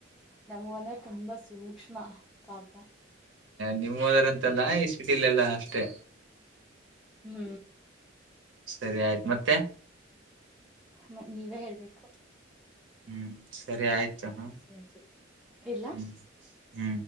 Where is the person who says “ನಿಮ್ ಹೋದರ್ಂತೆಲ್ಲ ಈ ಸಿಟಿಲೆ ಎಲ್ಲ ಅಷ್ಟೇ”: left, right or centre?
Right